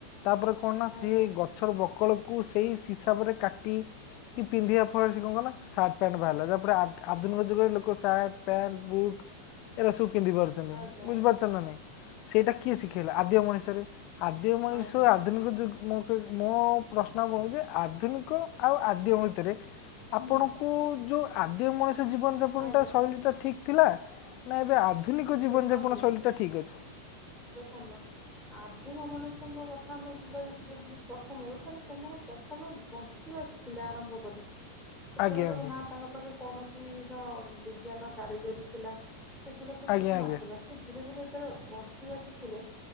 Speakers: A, on the left; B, in the centre.
A: ତାପରେ କଣ ନା
B: ଆଜ୍ଞା
A: ସିଏ ସବୁ ବକଳକୁ ସେଇ ହିସାବରେ କାଟି କି ପିନ୍ଧିବା ଫଳରେ ସେ କଣ କହ ନା ସାର୍ଟ ପ୍ୟାଣ୍ଟ ବାହାରିଲା ତାପରେ ଆଧୁନିକ ଯୁଗରେ ଲୋକ ସାର୍ଟ ପ୍ୟାଣ୍ଟ ବୁଟ ଏଟ ସବୁ ପିନ୍ଧି ପାରୁ
B: ଆଜ୍ଞା
A: ବୁଝିପାରୁ
B: ଆଜ୍ଞା
A: ଚ ନା ନାଇଁ ସେଇଟା କିଏ ଶିଖେଇଲା ଆଦ୍ୟ ମଣିଷରେ। ଆଦ୍ୟ ମଣିଷ
B: ଆଜ୍ଞା
A: ଆଧୁନିକ ଯୁ ମୋ ପ୍ରଶ୍ନ ଯେ ଆଧୁନିକ ଆଉ ଆଦ୍ୟ ଭିତରେ
B: ହୁଁ
A: ଆପଣଙ୍କୁ ଯୋଉ ଆଦ୍ୟ ମଣିଷ ଜୀବନ ଯାପନ
B: ଆଜ୍ଞା
A: ଟା ଶୈଳୀ ଟା ଠିକ ଥିଲା ନା ଏବେ ଆଧୁନିକ ଜୀବନ
B: ଦେଖନ୍ତୁ
A: ଯାପନ ଶୈଳୀ ଟା ଠିକ ଅଛି।
B: ଦେଖନ୍ତୁ ଆଦିମ ମନୁଷ୍ୟଙ୍କ କଥା ଆମେ ଯିବା ଯଦି ପ୍ରଥମରୁ ତାହେଲେ ସେମାନେ ପ୍ରଥମେ ବଞ୍ଚିବା ଶିକ୍ଷ। ପିଲା ଆରମ୍ଭ କଲେ ସେତେବେଳକୁ
A: ଆଜ୍ଞା
B: ନା ତାଙ୍କ ପାଖେ କୌଣସିର ବିଜ୍ଞାନ କାରିଗରିୀ ଥିଲା ସେଗୁଡ଼ା ସବୁ
A: ଆଜ୍ଞା
B: କିଛି
A: ଆଜ୍ଞା
B: ନଥିଲା। ସେ ଧୀରେ ଧୀରେ ଯେତେଳେ ବଞ୍ଚିବା ଶିଖିଲେ